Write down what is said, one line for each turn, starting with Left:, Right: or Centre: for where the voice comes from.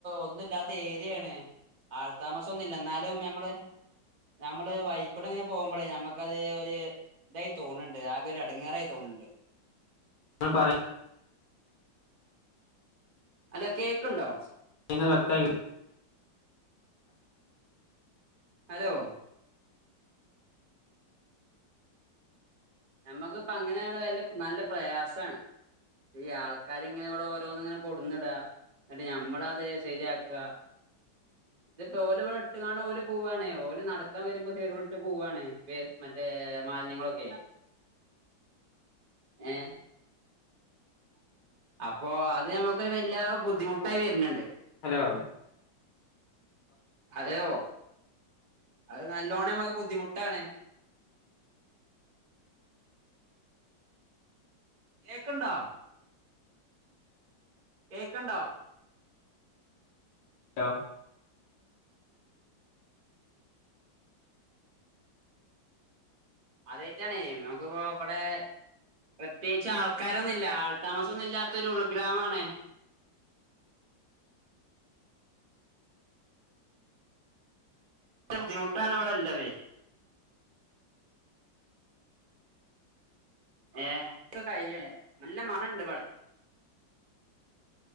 Right: ഒന്നുല്ലാത്ത ഏരിയേണ്. ആൾതാമസൊന്നുല്ല ഇന്നാലും ഞമ്മള് ഞമ്മള് വയി കുടെങ്ങനെ പോകുമ്പളേ ഞമ്മക്കത് ഒരു ഇതായി തോണ് ണ്ട് ആകെ ഒരു എടങ്ങേറായി തോണ് ണ്ട്.
Left: ആഹ് പറയ്
Right: ഹലോ കേക്ക്ണ്ടോ?
Left: ഇങ്ങനെ വ്യക്തായി കേ
Right: ഹലോ ഞമ്മക്കിപ്പ അങ്ങനേണ്ട് വല്ല്യ നല്ല പ്രയാസാണ്. ഈ ആൾക്കാരിങ്ങനെ ഇവടെ ഓരോന്ന്ങ്ങനെ കൊട്ന്നിടാ. ഇന്നട്ട് ഞമ്മളത് ശരിയാക്കാ. ഇതിപ്പോ ഓല് ഇവടെ ഇട്ട്ങ്ങാണ്ട് ഓല് പോവാണെ. ഓല് നടക്കാൻ വരുമ്പോ സൈഡ് കൂടെ ഇട്ട്പോവാണ്. വേ മറ്റേ മാലിന്യങ്ങളൊക്കെ. ഏഹ്. അപ്പൊ അത് ഞമ്മക്കൊരു വല്ല്യ ബുദ്ധിമുട്ടായി വര്ന്ണ്ട്.
Left: ഹലോ
Right: ഹലോ അത് നല്ലോണം ഞമ്മക്ക് ബുദ്ധിമുട്ടാണ്. കേക്ക്ണ്ടോ? കേക്ക്ണ്ടോ?
Left: ലോ
Right: ആദ്യായിറ്റാണേ ഞമക്കിപ്പോ ഇവടെ പ്രത്യേകിച്ച് ആൾക്കാരൊന്നില്ല. ആൾ താമസൊന്നുല്ലാത്തൊരു ഉൾഗ്രാമാണ്. <unintelligible> ബുദ്ധിമുട്ടാണ് ഇവടെല്ലതെ. ഏഹ് <unintelligible> നല്ല മണണ്ട് ഇബടെ.